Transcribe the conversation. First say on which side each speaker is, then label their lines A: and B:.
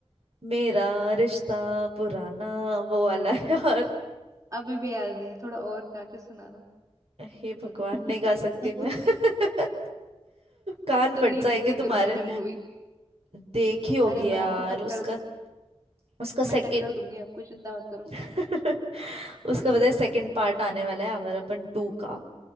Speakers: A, on the right; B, on the right.
A: मेरा रिश्ता पुराना वो वाला है <laughs> यार
B: अभी भी याद है थोड़ा और गा के सुनाना
A: हे भगवान
B: <laughs>
A: नहीं गा सकती मैं <laughs> कान
B: तो
A: फट
B: नहीं
A: जाएंगे
B: देखी
A: तुम्हारे
B: फिर मैंने मूवी
A: देखी होगी
B: अरे मैं
A: यार
B: आपको टक्कर
A: उसका
B: दू-
A: उसका सेकंड
B: मैं टक्कर दूंगी आपको चिंता मत करो
A: <laughs> उसका पता है सेकंड पार्ट आने वाला है अवर अपन टू का